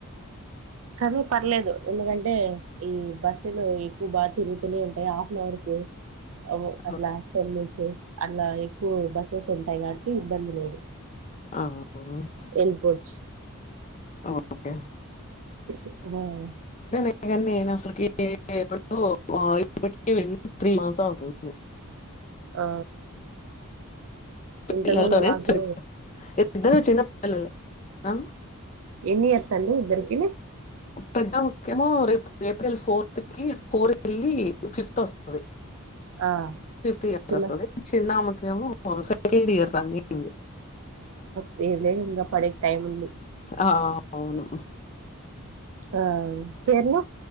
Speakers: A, on the right; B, on the left.
A: కానీ పర్లేదు. ఎందుకంటే, ఈ బస్సులు ఎక్కువ బాగా తిరుగుతూనే ఉంటాయి హాఫ్ అన్ అవర్ కి అవి అట్లా
B: ఓ
A: తగిలించే అల్లాయి. ఓ బస్సస్ ఉంటాయి కాబట్టి ఇబ్బంది లేదు.
B: ఆ మ్మ్
A: వెళ్ళిపోవచ్చు
B: ఓకె
A: అహ
B: ఇంగ నేనసలుకి ఇప్పుడు ఇప్పటికి వెళ్ళి త్రీ మంత్స్ అవుతుంది.
A: ఆ ఇంతకు
B: పిల్లలతోనే
A: ముందు నాకు
B: సరిపో ఇద్దరు చిన్నపిల్లలే. ఆ
A: ఎన్నియర్స్ అండి ఇద్దరికి?
B: పెద్ద ముఖ్యమో రేపు ఎపు ఏప్రిల్ ఫోర్త్ కి ఫోర్ ఎల్లి ఫిఫ్త్ ఒస్ సరె
A: ఆ
B: ఫిఫ్త్ ఇయర్
A: చిన్న
B: వొస్తాది. చిన్నామకి, ఏమో సెకండ్ ఇయర్ రన్నింగ్
A: దే ఇంగా పడకి టైం ఉంది
B: ఆ, అవును
A: ఆ పేర్లు